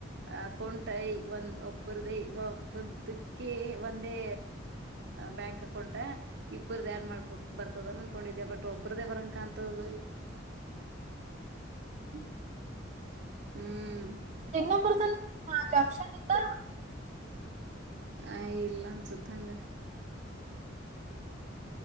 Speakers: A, on the right (about 60°); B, on the right (about 35°).
A: ಅಕೌಂಟ್ಐ ಒಂದ್ ಒಬ್ಬರ್ದೇ ಒಬರ್ದಕ್ಕೆ ಒಂದೇ ಬ್ಯಾಂಕ್ ಅಕೌಂಟ್ ಇಬ್ಬ್ರ ಆಡ್ ಮಾಡ್ಬಕ್ ಬರ್ತದ ಅನ್ಕೊಂಡಿದೆ ಬಟ್ ಒಬ್ರ್ದೇ ಬರ ಕಾಂತ ಹ್ಮಇನಾಡಿಬಲ್ ಹ್ಮ್.....
B: ಇನ್ನೊ ಪರ್ಸನ ಲಕ್ಷನ್ಲ್ ಆನ್ ಇಂಟೆಜಿಬಲ್
A: ಆ ಇಲ್ಲ ಅನ್ಸತ್ ತಂಗ